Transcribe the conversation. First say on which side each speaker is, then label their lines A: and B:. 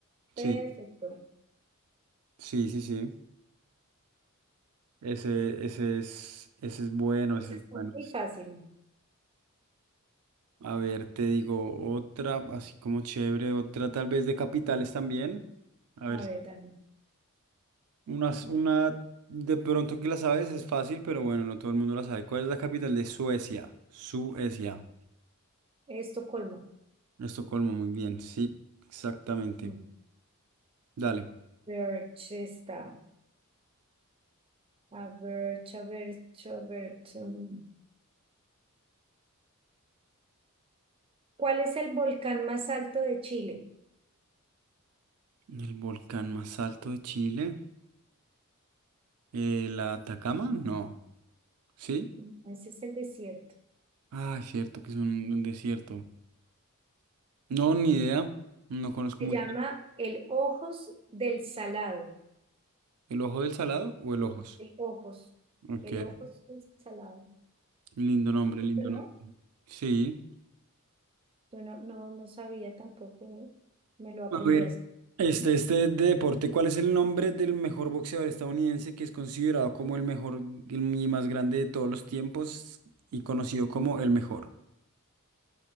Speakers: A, on the right (about 25°); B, on the right (about 80°).
A: perfecto.
B: Sí, sí, sí, sí. Ese, ese es, ese es bueno, ese
A: Ese
B: es
A: es
B: bueno.
A: muy fácil.
B: A ver, te digo otra, así como chévere, otra tal vez de capitales también. A ver,
A: A ver, Dani.
B: unas, una de pronto que la sabes es fácil, pero bueno, no todo el mundo la sabe. ¿Cuál es la capital de Suecia? Suecia.
A: Estocolmo.
B: Estocolmo, muy bien, sí, exactamente.
A: Mm.
B: Dale.
A: Birch está. A ver, a ver, a ver. mm. ¿Cuál es el volcán más alto de Chile?
B: El volcán más alto de Chile. Eh, ¿la Atacama? No. ¿Sí?
A: No, Ese es el desierto.
B: Ah, cierto que es un, un desierto. No, ni idea. No conozco
A: Se
B: mucho.
A: llama el Ojos del Salado.
B: ¿El Ojo del Salado o el Ojos?
A: El Ojos.
B: Ok.
A: El Ojos del Salado.
B: Lindo nombre, lindo
A: ¿No?
B: nombre. Sí.
A: Yo no, no, no sabía tampoco. ¿eh? Me lo aprendí
B: A ver,
A: así.
B: este, este de deporte, ¿cuál es el nombre del mejor boxeador estadounidense que es considerado como el mejor y más grande de todos los tiempos y conocido como el mejor,